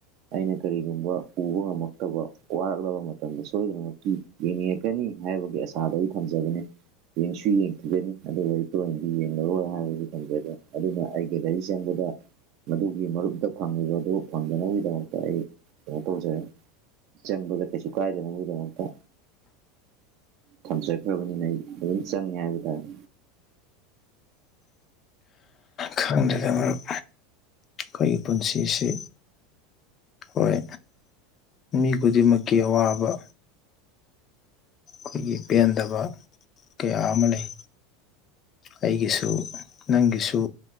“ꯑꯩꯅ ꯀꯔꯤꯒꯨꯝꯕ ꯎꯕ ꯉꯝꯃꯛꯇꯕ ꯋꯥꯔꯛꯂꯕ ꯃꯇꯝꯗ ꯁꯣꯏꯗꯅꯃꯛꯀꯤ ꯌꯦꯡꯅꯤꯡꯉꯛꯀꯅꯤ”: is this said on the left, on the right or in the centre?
Right